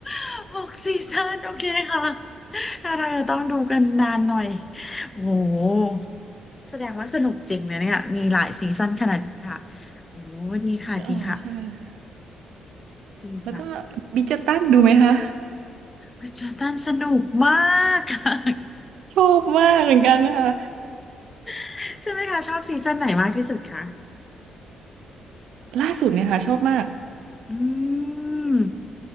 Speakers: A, on the left; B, on the right.
A: <laughs> หกซีซั่นโอเคค่ะอะไรอะต้องดูกันนานหน่อย โอ้โห แสดงว่าสนุกจริงนะเนี่ยมีหลายซีซั่นขนาดนี้ค่ะโอ้ดีค่ะดีค่ะ
B: อ๋อใช่ค่ะ
A: จริงค่ะ
B: แล้วก็บิดเจอร์ตันดูไหมคะ
A: ริชาร์ดตันสนุกมากค่ะ
B: ชอบมากเหมือนกันนะคะ
A: <laughs> ใช่ไหมคะชอบซีซั่นไหนมากที่สุดคะ
B: ล่าสุดเนี่ยค่ะชอบมาก
A: อืม